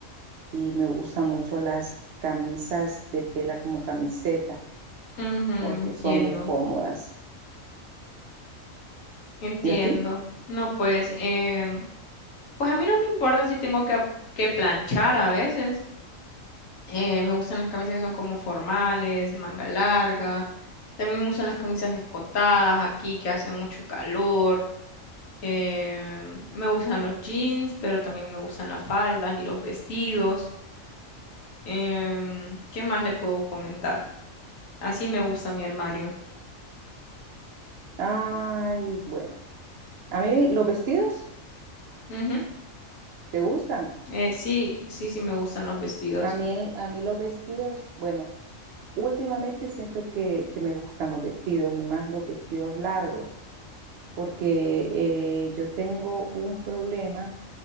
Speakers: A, on the right; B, on the left.
A: y me gustan mucho las camisas de tela como camiseta,
B: ujú, entiendo,
A: porque son bien cómodas.
B: entiendo.
A: ¿Y a ti?
B: No, pues, em, pues a mí no me importa si tengo que, que planchar a veces. Eh, me gustan las camisas que son como formales, manga larga. También me gustan las camisas escotadas aquí que hace mucho calor. Em, me gustan los jeans, pero también me gustan las faldas y los vestidos. Em, ¿qué más le puedo comentar? Así me gusta mi armario.
A: Ay, bueno. A mí los vestidos,
B: Ujú.
A: ¿te gustan?
B: Eh, sí, sí, sí me gustan los vestidos.
A: A mí, el- a mí los vestidos, bueno, últimamente siento que, que me gustan los vestidos y más los vestidos largos, porque eh, yo tengo un problema